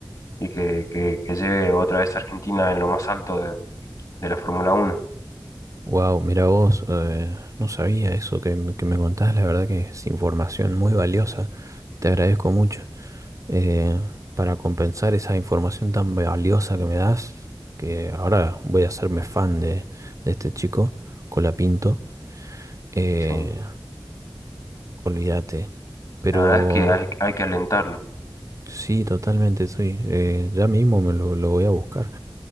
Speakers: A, on the left (about 50°); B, on the right (about 40°).
A: y que, que- que lleve otra vez a Argentina en lo más alto de, de la Fórmula Uno
B: Wow, mira vos, eh, no sabía eso que, me- que me contás, la verdad que es información muy valiosa. Te agradezco mucho. eh, para compensar esa información tan valiosa que me das, que ahora voy a hacerme fan de, de este chico, Colapinto. Eh,
A: Sí.
B: olvídate. Pero
A: La verdad es que hay, hay que alentarlo.
B: sí, totalmente, sí. eh, ya mismo me lo, lo voy a buscar.